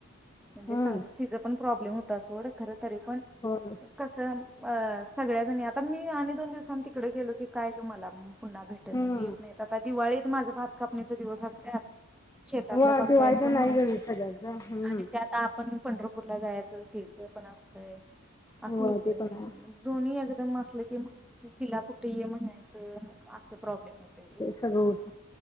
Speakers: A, in the centre; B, on the left.
A: म्हणजे
B: हम्म
A: संग तीचा पण प्रॉब्लेम सोड खरं तरी पण
B: होय
A: कस अ सगळ्याजणी आता मी आणि दोन दिवसांनी तिकडे गेलो की काय ग मला पुन्हा भेट
B: हम्म
A: आता दिवाळीत माझ भात कापणीचा दिवस असत्यात शेतातलं
B: होय
A: बघायच
B: दिवाळीतनं
A: मग
B: नाही गेली सगळ्यांच हम्म
A: आणि त्यात आप पण पंढरपूरला जायचं तिचं पण असतंय. असं
B: होय
A: होतय
B: ते
A: नई
B: पण आहे
A: दोन्ही एकदम काम असलं की मगं तीला कुठे ये म्हणायचं मगं‌ असं प्रॉब्लेम येत..
B: सगळ होतय,